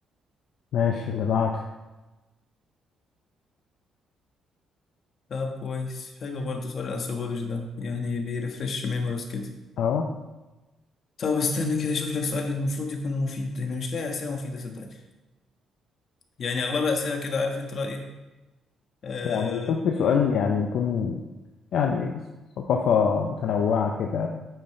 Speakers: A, on the left; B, on the left.
A: ماشي اللي بعده
B: طب كويس حلو برضو سؤال الانثروبولوجي ده يعني بيرفرش ميموريز كده
A: اهو
B: طب استنى كده اشوف لك سؤال المفروض يكون مفيد انا مش لاقي اسئله مفيده صدقني يعني اغلبها اسئله كده عارف انت رايي ايه آه
A: يعني شوف لي سؤال
B: آه،
A: يعني يكون يعني ثقافه متنوعه كده